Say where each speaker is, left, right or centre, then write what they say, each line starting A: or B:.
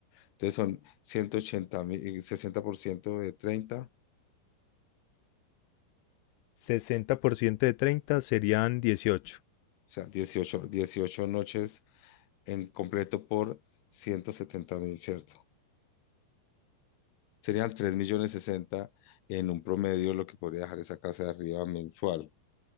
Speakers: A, on the left; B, on the left.
A: entonces son ciento ochenta mil, eh, 60% de 30, o
B: ciento de 30 serían dieciocho
A: sea, dieciocho dieciocho noches en completo por ciento setenta mil, ¿cierto? Serían 3 millones 60 en un promedio lo que podría dejar esa casa de arriba mensual.